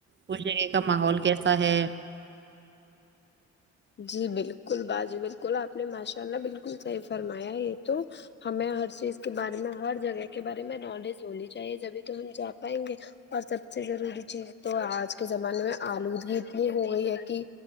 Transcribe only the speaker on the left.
جی بلکل باجی بلکل آپ نے ماشاء اللہ بلکل سہی فرمایا یہ تو ہمیں ہر چیز کے بارے میں ہر جگہ کے بارے میں نالج ہونی چاہیے جبھی تو ہم جا پائیں گے اور سب سے ضروری چیز تو آج کے زمانے میں آلودگی اتنی ہو گئی ہے کہ